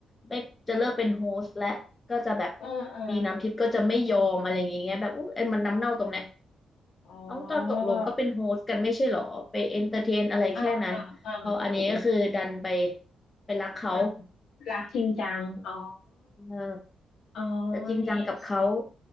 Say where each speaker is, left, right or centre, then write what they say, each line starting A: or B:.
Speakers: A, on the left; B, on the left.
A: ไม่จะเลิกเป็นโฮสต์และก็จะแบบ
B: เออเออ
A: บีน้ำทิพย์ก็จะไม่ยอมอะไรอย่างเงี้ยแบบอุ๊ยเอ็นมันน้ำเน่าตรงเนี้ย
B: อ๋อ
A: เอาตอนตกลงก็เป็นโฮสต์กันไม่ใช่หรอไปเอนเตอร์เทนอะไรแค่นั้นพออันนี้ก็คือดันไป
B: อ่าอ่าอ่าอ่าอ่า
A: ไปรักเขา
B: อ่ารักจริงจังอ๋อ
A: เออ
B: อ๋อ
A: จะจริงจังกับเขา
B: นี่เอง